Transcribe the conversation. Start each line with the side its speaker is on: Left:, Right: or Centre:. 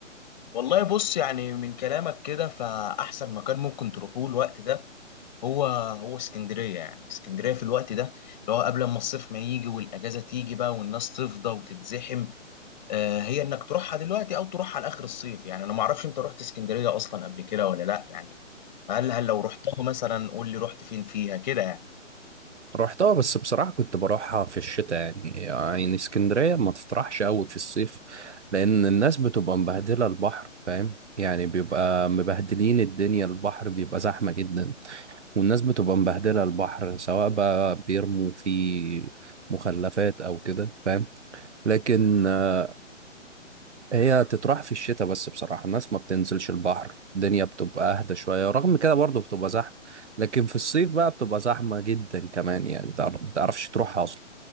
Left: والله بص يعني من كلامك كده فأحسن مكان ممكن تروحوه الوقت ده هو هو اسكندرية يعني اسكندرية في الوقت ده اللي هو قبل ما الصيف ما يجي والأجازة تيجي بقى والناس تفضى وتتزحم آه هي إنك تروحها دلوقتي أو تروحها لآخر الصيف يعني أنا معرفش أنت رحت اسكندرية أصلا قبل كده ولا لأ يعني هل هل لو رحتها مثلا قول لي رحت فين فيها كده يعني
Right: رحتها بس بصراحة كنت بروحها في الشتاء يعني يعني اسكندرية ما تطرحش قوي في الصيف لأن الناس بتبقى مبهدلة البحر فاهم يعني بيبقى مبهدلين الدنيا البحر بيبقى زحمة جدا والناس بتبقى مبهدلة البحر سواء بقى بيرموا فيه مخلفات أو كده فاهم لكن آه، هي تطرح في الشتاء بس بصراحة الناس ما بتنزلش البحر الدنيا بتبقى أهدى شوية رغم كده برضه بتبقى زحمة لكن في الصيف بقى بتبقى زحمة جدا كمان يعني ما تعرفش تروحها أصلا